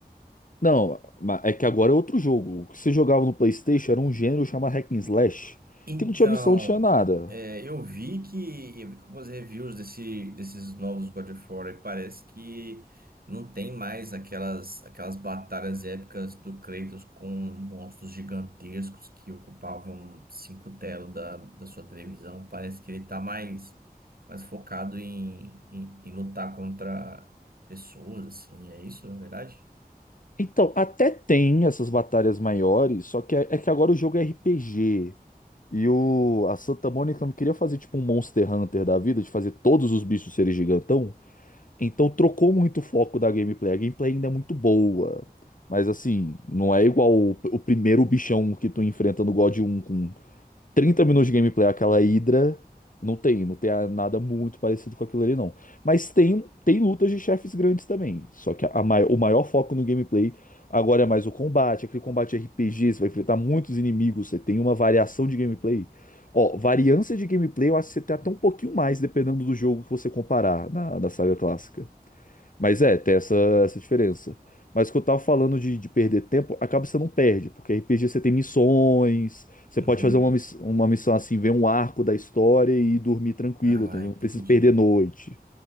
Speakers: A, on the left (about 55°); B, on the right (about 65°).
A: Não, ma- é que agora é outro jogo. O que você jogava no PlayStation era um gênero chamado Hack and Slash,
B: Então,
A: que não tinha missão, não tinha nada.
B: é, eu vi que eu vi que algumas reviews desse, desses novos God of War e parece que não tem mais aquelas, aquelas batalhas épicas do Kratos com monstros gigantescos que ocupavam cinco telas da, da sua televisão. Parece que ele tá mais, mais focado em, em, em lutar contra pessoas, assim, é isso, na verdade?
A: Então, até tem essas batalhas maiores, só que é, é que agora o jogo é RPG. E o, a Santa Mônica não queria fazer tipo um Monster Hunter da vida, de fazer todos os bichos serem gigantão. Então trocou muito o foco da gameplay. A gameplay ainda é muito boa. Mas assim, não é igual o, o primeiro bichão que tu enfrenta no God 1 com Trinta minutos de gameplay, aquela Hydra, não tem, não tem a- nada muito parecido com aquilo ali, não. Mas tem, tem lutas de chefes grandes também. Só que a, a mai- o maior foco no gameplay agora é mais o combate, aquele combate RPG, você vai enfrentar muitos inimigos, você tem uma variação de gameplay. Ó, variância de gameplay, eu acho que você tem até um pouquinho mais, dependendo do jogo que você comparar na, da saga clássica. Mas é, tem essa, essa diferença. Mas o que eu tava falando de, de perder tempo, acaba que você não perde, porque RPG você tem missões, você pode
B: Uhum.
A: fazer uma, miss- uma missão assim, ver um arco da história e dormir tranquilo,
B: Ah,
A: entendeu?
B: entendi.
A: Não precisa perder noite.